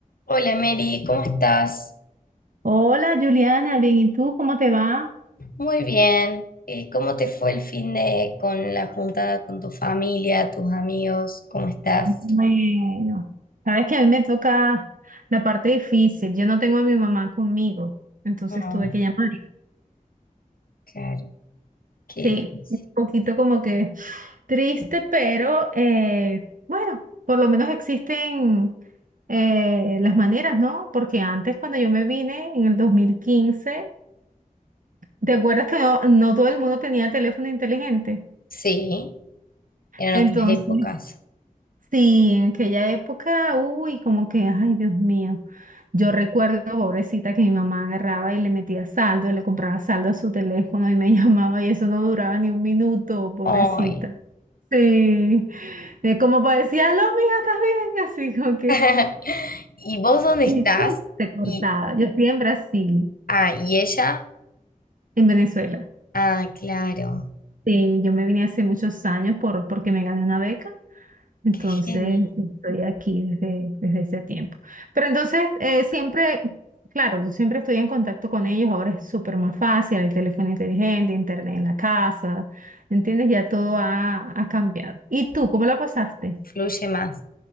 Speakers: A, on the left; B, on the right.
A: Hola Mary, ¿cómo estás?
B: Hola Juliana, bien, ¿y tú cómo te va?
A: Muy bien. Eh, ¿cómo te fue el fin de con la juntada con tu familia, tus amigos? ¿Cómo estás?
B: Bueno, sabes que a mí me toca la parte difícil. Yo no tengo a mi mamá conmigo, entonces
A: Ay,
B: tuve que llamar.
A: claro, qué
B: Sí,
A: difícil.
B: un poquito como que triste, pero eh, bueno, por lo menos existen eh, las maneras, ¿no? Porque antes cuando yo me vine en el 2015, ¿te acuerdas que no, no todo el mundo tenía teléfono inteligente?
A: Sí, eran
B: Entonces,
A: otras épocas.
B: Sí, en aquella época, uy, como que, ay, Dios mío. Yo recuerdo, pobrecita, que mi mamá agarraba y le metía saldo, le compraba saldo a su teléfono y me <laughs> llamaba y eso no duraba ni un minuto, pobrecita.
A: Ay.
B: Sí, de como parecía, aló, mija, ¿estás bien? Así como que,
A: <laughs> ¿Y vos dónde
B: y
A: estás?
B: ¡pum! se cortaba.
A: Y,
B: Yo estoy en Brasil,
A: ah, ¿y ella?
B: en Venezuela.
A: Ah, claro,
B: Sí, yo me vine hace muchos años por, porque me gané una beca. Entonces,
A: qué genio.
B: estoy aquí desde, desde ese tiempo. Pero entonces, eh, siempre, claro, yo siempre estoy en contacto con ellos, ahora es súper más fácil, hay teléfono inteligente, internet en la casa, ¿entiendes? Ya todo ha, ha cambiado. ¿Y tú, cómo la pasaste?
A: Fluye más.